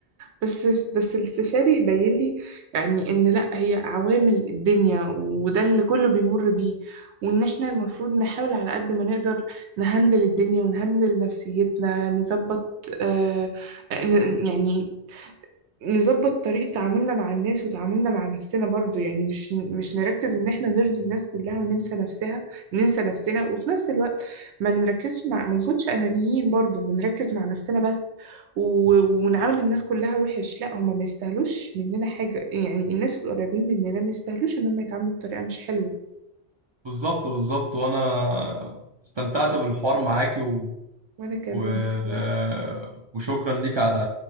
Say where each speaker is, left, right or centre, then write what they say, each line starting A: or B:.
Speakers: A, on the right (about 85°); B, on the right (about 45°).
A: بس بس الاستشاري بين لي يعني إن لأ هي عوامل الدنيا وده اللي كله بيمر بيه وإن إحنا المفروض نحاول على قد ما نقدر نهندل الدنيا ونهندل نفسيتنا نظبط آه ن- يعني نظبط طريقة تعاملنا مع الناس وتعاملنا مع نفسنا برضو يعني مش مش نركز ان احنا نرضي الناس كلها وننسى نفسها ننسى نفسنا وفي نفس الوقت ما نركزش مع ما نكونش انانيين برضو ونركز مع نفسنا بس و... ونعامل الناس كلها وحش لا هما ما يستاهلوش مننا حاجة يعني الناس القريبين مننا ما يستاهلوش ان هم يتعاملوا بطريقة مش حلوة
B: بالظبط بالظبط وانا استمتعت بالحوار معاكي و...
A: وانا كمان
B: و...
A: حقيقي
B: آه، وشكرا ليك على